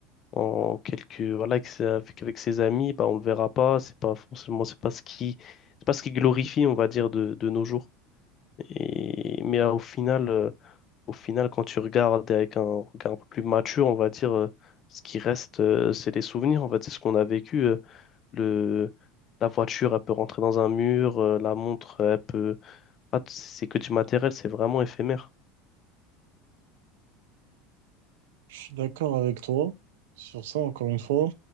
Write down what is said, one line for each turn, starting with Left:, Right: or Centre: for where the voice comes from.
Left: en quelques voilà avec, ses- avec, avec ses amis bah on le verra pas c'est pas forcément c'est pas ce qui c'est pas ce qui glorifie on va dire de, de nos jours et mais euh, au final euh, au final quand tu regardes avec un regard un peu plus mature on va dire euh, ce qui reste euh, c'est les souvenirs en fait c'est ce qu'on a vécu euh, le la voiture elle peut rentrer dans un mur euh, la montre elle peut ah, c'est que du matériel c'est vraiment éphémère
Right: Je suis d'accord avec toi sur ça, encore une fois.